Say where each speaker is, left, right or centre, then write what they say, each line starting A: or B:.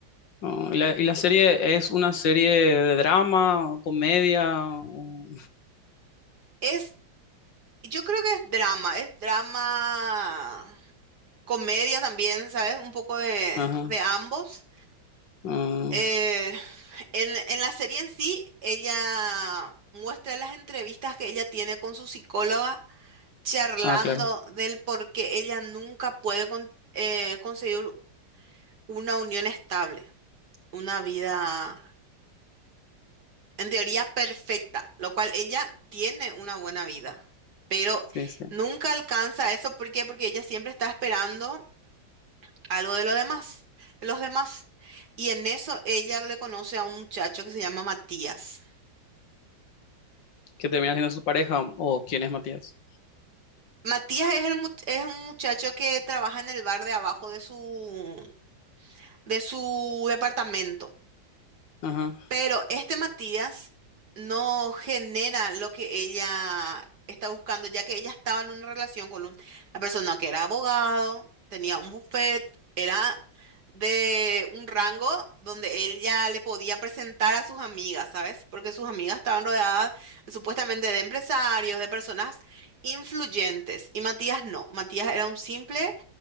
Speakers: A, on the left; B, on the right.
A: Ah, ¿y la, y la serie es una serie de drama, comedia? o-
B: Es, yo creo que es drama, es drama, comedia también, ¿sabes? Un poco de,
A: Ajá.
B: de ambos.
A: Ah,
B: Eh, en, en la serie en sí, ella muestra las entrevistas que ella tiene con su psicóloga, charlando
A: ah, claro.
B: del por qué ella nunca puede con- eh, conseguir una unión estable, una vida en teoría perfecta, lo cual ella tiene una buena vida, pero
A: Sí, sí.
B: nunca alcanza eso. ¿Por qué? Porque ella siempre está esperando algo de los demás, de los demás. Y en eso ella le conoce a un muchacho que se llama Matías.
A: ¿Que termina siendo su pareja? ¿O quién es Matías?
B: Matías es, el mu- es un muchacho que trabaja en el bar de abajo de su, de su departamento.
A: Ajá.
B: Pero este Matías no genera lo que ella está buscando, ya que ella estaba en una relación con un- una persona que era abogado, tenía un buffet, era de un rango donde él ya le podía presentar a sus amigas, ¿sabes? Porque sus amigas estaban rodeadas supuestamente de empresarios, de personas influyentes. Y Matías no, Matías era un simple